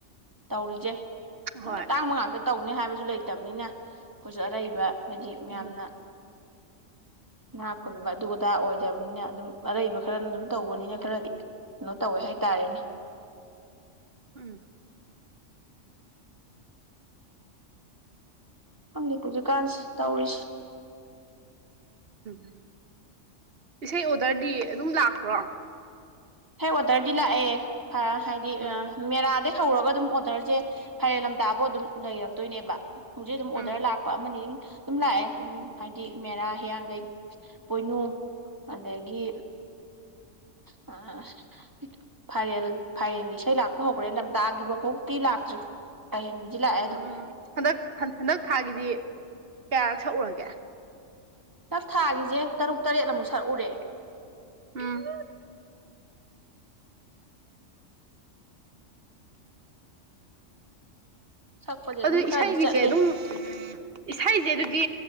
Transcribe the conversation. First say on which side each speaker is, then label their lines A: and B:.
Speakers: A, on the right; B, on the right.
A: ꯇꯧꯔꯤꯁꯦ
B: ꯍꯣꯏ
A: ꯇꯥꯡꯕ ꯉꯥꯛꯇ ꯇꯧꯅꯤ ꯍꯥꯏꯕꯁꯨ ꯂꯩꯇꯕꯅꯤꯅ ꯑꯩꯈꯣꯏꯁꯨ ꯑꯔꯩꯕ ꯍꯥꯏꯗꯤ ꯃꯌꯥꯝꯅ
B: ꯎꯝ
A: ꯥ ꯏꯅꯥꯈꯨꯟꯕ ꯑꯗꯨ ꯑꯗꯥ ꯑꯣꯏꯗꯕꯅꯤꯅ ꯑꯗꯨꯝ ꯑꯔꯩꯕ ꯈꯔꯅ ꯑꯗꯨꯝ ꯇꯧꯕꯅꯤꯅ ꯈꯔꯗꯤ ꯀꯩꯅꯣ ꯇꯧꯋꯦ ꯍꯥꯏꯇꯥꯔꯦꯅꯦ
B: ꯎꯝ
A: ꯈꯪꯗꯦ ꯍꯧꯖꯤꯛꯀꯥꯟꯁꯤ ꯇꯧꯔꯤꯁꯤ
B: ꯎꯝ ꯏꯁꯩ ꯑꯣꯗꯔꯗꯤ ꯑꯗꯨꯝ ꯂꯥꯛꯄ꯭ꯔꯣ
A: ꯏꯁꯩ ꯑꯣꯗꯔꯗꯤ ꯂꯥꯛꯑꯦ ꯍꯥꯏꯗꯤ
B: ꯎꯝ
A: ꯃꯦꯔꯥꯗꯩ ꯍꯧꯔꯒ ꯑꯗꯨꯝ ꯑꯣꯔꯗꯔꯁꯦ ꯐꯥꯏꯔꯦꯜ ꯂꯝꯇꯥꯐꯥꯎ ꯑꯗꯨꯝ ꯂꯩꯔꯛꯇꯣꯏꯅꯦꯕ ꯍꯧꯖꯤꯛ ꯑꯗꯨꯝ ꯑꯣꯔꯗꯔ
B: ꯎꯝ
A: ꯂꯥꯛ ꯄ ꯑꯃꯅꯤ ꯑꯗꯨꯝ ꯂꯥꯛꯑꯦ ꯑꯗꯨꯝ ꯍꯥꯏꯗꯤ ꯃꯦꯔꯥ ꯍꯤꯌꯥꯡꯒꯩ ꯄꯣꯏꯅꯨ ꯑꯗꯒꯤ ꯑ ꯐꯥꯏꯔꯦꯟ ꯐꯥꯏꯔꯦꯟꯒꯤ ꯏꯁꯩ ꯂꯥꯛꯄ ꯍꯧꯈ꯭ꯔꯦ ꯂꯝꯇꯥꯒꯤꯕ ꯐꯥꯎꯗꯤ ꯂꯥꯛꯇ꯭ꯔꯤ ꯍꯌꯦꯡꯒꯤꯗꯤ ꯂꯥꯛꯑꯦ
B: ꯎꯝ
A: ꯑꯗꯨꯝ
B: ꯍꯟꯗꯛ ꯍꯟꯗꯛ ꯊꯥꯒꯤꯗꯤ ꯀꯌꯥꯔꯛ ꯁꯛꯎꯔꯒꯦ
A: ꯅ ꯊꯥꯒꯤꯁꯦ ꯇꯔꯨꯛ ꯇꯔꯦꯠꯂ ꯃꯨꯛ ꯁꯛꯎꯔꯦ
B: ꯎꯝ
A: ꯁꯛꯄꯁꯦ
B: ꯑꯗꯨ
A: ꯑꯗꯨꯝ ꯈꯔꯗꯤ
B: ꯏꯁꯩꯒꯤꯁꯦ
A: ꯆꯠꯂꯤ
B: ꯑꯗꯨꯝ ꯏꯁꯩꯁꯦ ꯑꯗꯨꯗꯤ